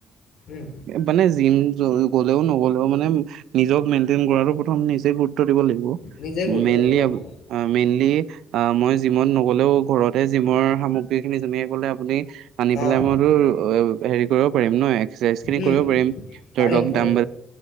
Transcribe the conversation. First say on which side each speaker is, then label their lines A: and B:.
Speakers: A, on the left (about 75°); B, on the right (about 80°).
A: উম
B: মানে জিম গ'লেও ন'গলেও মানে নিজক মেইন্টেইন কৰাটো প্ৰথম নিজক গুৰুত্ব দিব লাগিব,
A: নিজেই গুৰুত্ব
B: মেইনলি,
A: দিব লাগিব।
B: আ, মেইনলি আ, মই জিমত নগলেও ঘৰতহে জিমৰ সামগ্ৰী খিনি আপুনি আনি পেলাই,
A: অ'
B: মইতো অ', হেৰি কৰিব পাৰিম নহয় এক্সাৰচাইজখিনি
A: উম
B: কৰিব পাৰিম, ধৰি
A: পাৰিম
B: লওঁক
A: পাৰিম
B: দামব